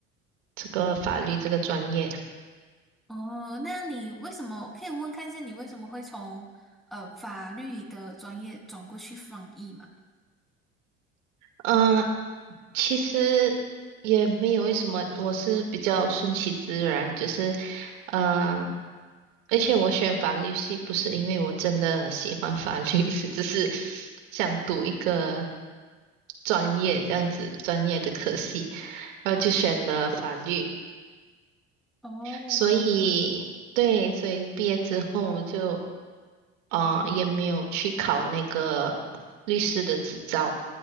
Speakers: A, on the right (about 80°); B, in the centre.
A: 这个法律这个专业。
B: 哦，那你为什么可以问看一下你为什么会从呃法律的专业转过去翻译嘛？
A: 嗯，其实也没有为什么，我是比较顺其自然，就是，嗯、而且我选法律系不是因为我真的喜欢法律，<laughs> 是只是想读一个专业这样子专业的科系，然后就选了法律，
B: 哦
A: 所以对，所以毕业之后就。啊、呃也没有去考那个律师的执照，